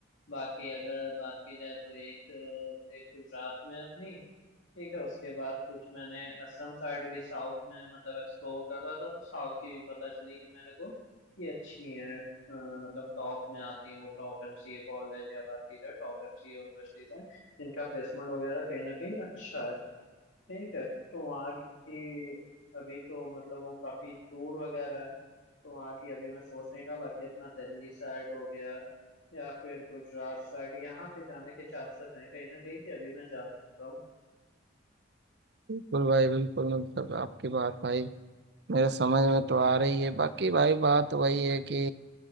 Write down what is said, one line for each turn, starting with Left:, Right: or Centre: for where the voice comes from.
Left: बाकी अगर बात की जाए तो एक अ, एक गुजरात में है अपनी ठीक है उसके बाद कुछ मैंने असम साइड भी साउथ में मतलब एक्सप्लोर कर रहा था तो साउथ की भी पता चली कि मेरे को कि अच्छी है मतलब टॉप में आती हैं वो टॉप एमसीए कॉलेज या बात की जाए टॉप एमसीए यूनिवर्सिटीज हैं जिनका प्लेसमेंट वगैरह कहीं ना कहीं अच्छा है ठीक है तो वहाँ की अभी तो मतलब वो काफ़ी दूर वगैरह है तो वहाँ की अभी मैं सोच नहीं था बाकी अपना दिल्ली साइड हो गया या फिर गुजरात साइड यहाँ पे जाने के चांसेस हैं कहीं ना कहीं कि अभी मैं जा सकता हूँ
Right: बिल्कुल भाई बिल्कुल मतलब आपकी बात भाई मेरे समझ में तो आ रही है बाकी भाई बात वही है कि